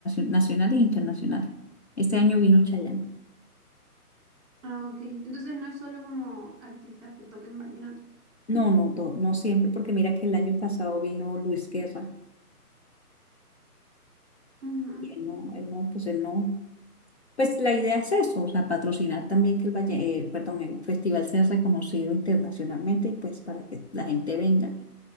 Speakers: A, on the left (about 45°); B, on the right (about 25°).
A: nacionales e internacionales. Este año vino Chayanne.
B: Ah, ok. Entonces no es solo como artistas que toquen vallenatos.
A: No, no, to- no siempre, porque mira que el año pasado vino Luis Guerra,
B: Ujú,
A: y él no, él no, pues él no. Pues la idea es eso, o sea, patrocinar también que el valle, eh, perdón, el festival sea reconocido internacionalmente y pues para que la gente venga,